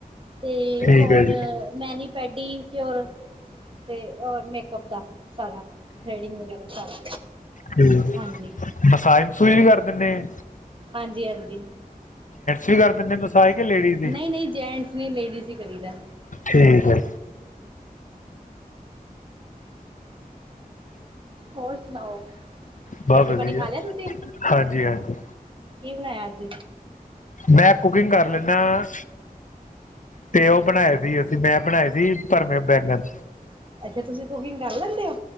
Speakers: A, on the right (about 35°); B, on the left (about 60°).
A: ਤੇ
B: ਠੀਕ
A: ਹੋਰ
B: ਹੈ ਜੀ
A: ਮੈਨੀ-ਪੈਡੀ ਕਿਯੋਰ। ਤੇ ਔਰ ਮੇਕਅਪ ਦਾ ਸਾਰਾ, ਥਰੈਡਿੰਗ ਵਗੈਰਾ ਸਾਰਾ।
B: ਠੀਕ ਏ,
A: ਹਾਂਜੀ
B: ਮਸਾਜ-ਮਸੂਜ ਵੀ ਕਰ ਦੇਨੇ ਐ?
A: ਹਾਂਜੀ-ਹਾਂਜੀ,
B: ਵੀ ਕਰ ਦਿੰਦੇ ਮਸਾਜ ਕਿ ਲੇਡੀਜ਼ ਦੀ
A: ਨਈ-ਨਈ ਜੈਂਟਸ ਨੀ, ਲੇਡੀਜ ਹੀ ਕਰੀਦੈ।
B: ਠੀਕ ਐ।
A: ਹੋਰ ਸੁਨਾਓ,
B: ਬਹੁਤ
A: ਰੋਟੀ
B: ਵਧੀਆ
A: ਪਾਨੀ ਖਾ ਲੇਆ ਤੁਸੀਂ?
B: ਹਾਂਜੀ ਹਾਂਜੀ
A: ਕੀ ਬਨਾਇਆ ਅੱਜ?
B: ਮੈਂ ਕੁਕਿੰਗ ਕਰ ਲੈਨਾਂ। ਤੇ ਓ ਬਣਾਏ ਸੀ ਅਸੀਂ, ਮੈਂ ਬਣਾਏ ਸੀ ਭਰਵੇੇ ਬੈਂਗਨ।
A: ਅੱਛਾ, ਤੁਸੀਂ ਕੁਕਿੰਗ ਕਰ ਲੈਂਦੇ ਓ?